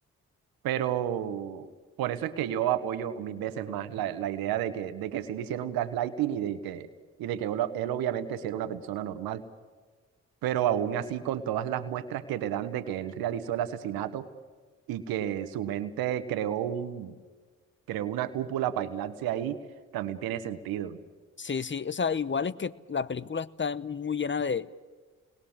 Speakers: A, on the right; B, on the left.
A: Pero por eso es que yo apoyo mil veces más la, la idea de que, de que sí le hicieron gaslighting y de que, y de que él, él obviamente sí era una persona normal. Pero aún así, con todas las muestras que te dan de que él realizó el asesinato y que su mente creó un, creó una cúpula para aislarse ahí, también tiene sentido.
B: Sí, sí, o sea, igual es que la película está muy llena de...